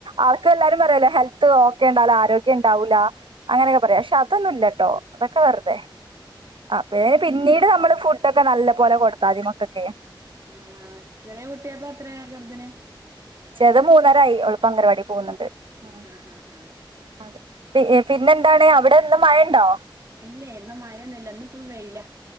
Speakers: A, on the right; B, on the right.
A: ആൾക്ക് എല്ലാരും പറയല്ലേ, ഹെൽത്ത് ഓക്കെ ഉണ്ടാവൂല, ആരോഗ്യം ഉണ്ടാവൂല്ല അങ്ങനെ. പക്ഷെ അതൊന്നുംല്ലട്ടോ- അതൊക്കെ വെറുതെ അ പിന്നീട് നമ്മൾ- കുട്ടൊക്കെ നല്ല പോലെ കൊടുത്താ ആതിമക്കൊക്കെ.
B: ആഹാ ചെറിയ കുട്ടിയപ്പ അത്രയാ? ചെറുതിനു?
A: ചെർഇതിനു മൂന്നരായി, എളുപ്പം അംഗവാടി പോകുന്നത്. ഉം
B: ഏഹ് ആഹ് ആഹ് ആഹ്
A: അതെ പി പിന്നെ എന്താണ് അവിടെ ഒന്ന് മഴ ഉണ്ടോ?
B: ഇല്ലേ ഇന്ന് മഴന്നുമില്ല, ഇന്ന് ഫുൾ വെയില.